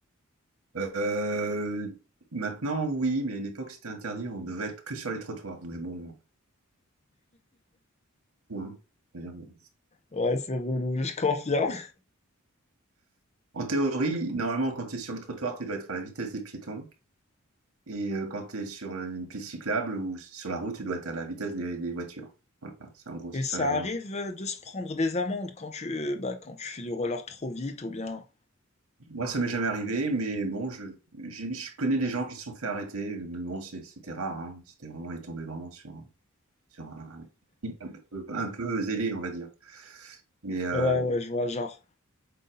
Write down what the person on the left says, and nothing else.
Ouais, c'est relou, je confirme.
Et
ça
arrive de se prendre des amendes quand tu, bah, quand tu fais du roller trop vite ou bien...
Ouais, ouais, je vois le genre.